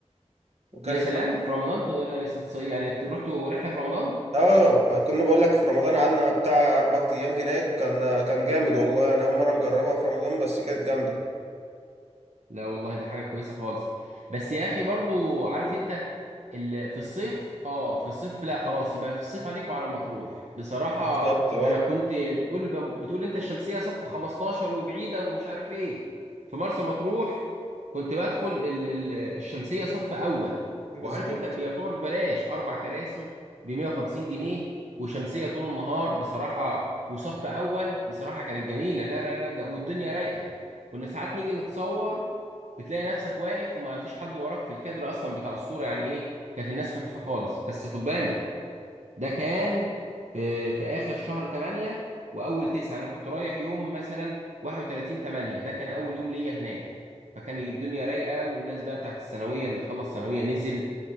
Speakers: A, on the right (about 65°); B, on the right (about 85°).
A: وكان
B: يا سلام في رمضان ت- س- يعني رحتوا رحله في رمضان
A: اه ما كنا بقول لك في رمضان قعدنا بتاع اربع ايام هناك كان كان جامد والله انا اول مره نجربها في رمضان بس كانت جامده
B: لا والله ده حاجة كويسة خالص بس يا أخي برضو عارف أنت ال- في الصيف اه في الصيف لا خلاص يبقى في الصيف عليك وعلى مطروح بصراحة
A: بالظبط اه
B: أنا كنت بتقول بتقول أنت الشمسية صف 15 وبعيدة ومش عارف إيه في مرسى مطروح كنت بدخل ال- ال- الشمسية صف أول
A: بالظبط
B: وعارف أنت بيعتبر ببلاش أربع كراسي ب 150 جنيه وشمسية طول النهار بصراحة وصف أول بصراحة كانت جميلة لا لا لا ده والدنيا رايقة كنا ساعات نيجي نتصور بتلاقي نفسك واقف وما فيش حد وراك في الكادر اصلا بتاع الصوره يعني ايه كانت الناس خفيفه خالص بس خد بالك ده كان في في اخر شهر 8 واول 9 انا كنت رايح يوم مثلا 31 8 ده كان اول يوم ليا هناك فكان الدنيا رايقه والناس بقى بتاعت الثانويه اللي خلص ثانويه نزل